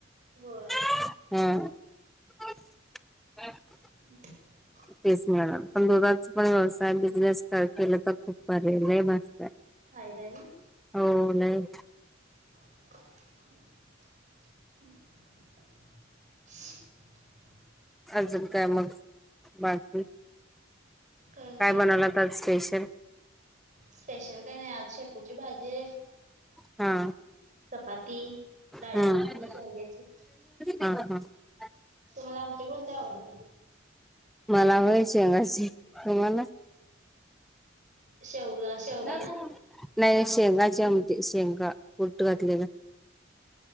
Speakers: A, on the right; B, in the centre.
A: होय.
B: हा
A: <inaudible>
B: तेच ना पण दुधाच पण व्यवसाय बिजनेस केलं तर खूप भारी लय मस्त आहे.
A: फायदा आहे ना
B: हो लई
A: <inaudible> <inaudible>
B: अजून काय मग बाकी
A: काही नाही
B: काय बनवलात आज स्पेशल
A: स्पेशल काही नाही आज शेपूची भाजी
B: हा
A: चपाती डाळीची
B: हम्म
A: आमटी शेवग्याची
B: हा हा
A: तुम्हाला आमटी कोणती आवडते?
B: मला व्हय शेंगाची तुम्हाला
A: शेवगा शेवगा
B: नाही
A: ना
B: नाही शेंगाची आमटी शेंगा कुट्ट घातलेली.